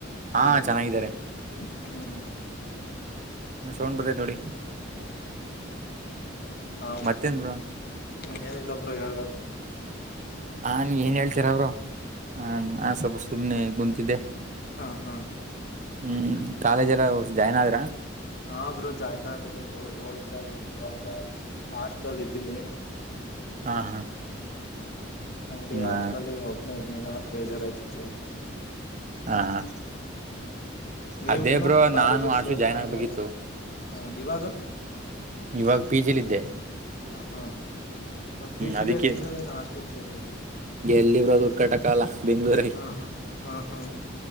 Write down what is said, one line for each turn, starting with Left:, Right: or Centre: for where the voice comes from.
Right: ಹಾ
Left: ಏನಿಲ್ಲ
Right: ಚೆನ್ನಾಗಿದ್ದಾರೆ
Left: ಹ್ಮ್
Right: ಏನೋ ಸೌಂಡ್ ಬತೈತ್ ನೋಡಿ
Left: ಹೌದು
Right: ಮತ್ತೇನ್ ಬ್ರೋ
Left: ನೀ ಏನಿಲ್ಲ ಬ್ರೋ ಹೇಳ್ಬೇಕು
Right: ಹನ್ ಏನ್ ಹೇಳ್ತರ ಬ್ರೋ ಆ ನಾನ್ ಸ್ವಲ್ಪ ಸುಮ್ನೆ ಕುಂತಿದ್ದೆ
Left: ಹಾ ಹಾ
Right: ಹ್ಮ್ ಕಾಲೇಜ್ ಎಲ್ಲ ಜಾಯ್ನ್ ಆದ್ರ
Left: ಹಾ ಬ್ರೋ ಜಾಯ್ನ್ ಆದೆ ಹೋಗ್ತಾ ಇದೀನಿ ಇವಾಗ ಹಾಸ್ಟಲಲ್ ಇದ್ದೀನಿ
Right: ಹಾ ಹಾ
Left: ಹ್ಮ ಹಂಗೆ
Right: ನಾ
Left: ಹಾಸ್ಟ್ಲಲ್ಲಿ ಒಬ್ಬನೇ ಇದ್ನಲ್ಲ ಬೇಜಾರಾಯ್ತಿತ್ತು
Right: ಹಾ ಹಾ
Left: ಹ್ಮ್ ನೀವ್
Right: ಅದೇ
Left: ಬ್ರೋ ಕಾಲೇಜಗ್
Right: ನಾನು ಆಶು
Left: ಸೇರ್ಕೊಂಡ್ರ
Right: ಜಾಯ್ನ್ ಆಗ್ಬೇಕಿತ್ತು
Left: ಹ್ಮ ಇವಾಗ
Right: ಇವಾಗ ಪಿ. ಜಿ ಲಿದ್ದೆ
Left: ಹಾ ಹಾ ಮತ್ ಪಿ. ಜಿ
Right: ಅದಕ್ಕೆ
Left: ಲೇ ಇರ್ತೀರಾ ಏನ್ ಹಾಸ್ಟ್ಲಗ್ ಸೇರ್ಕೊತಿರ
Right: ಎಲ್ಲಿ ಬ್ರೋ ದುಡ್ ಕಟ್ಟಾಕ್ ಆಗಲ್ಲ ಬೆಂಗ್ಳೂರಗೆ
Left: ಹಾ ಹಾ ಹಾ ಹಾ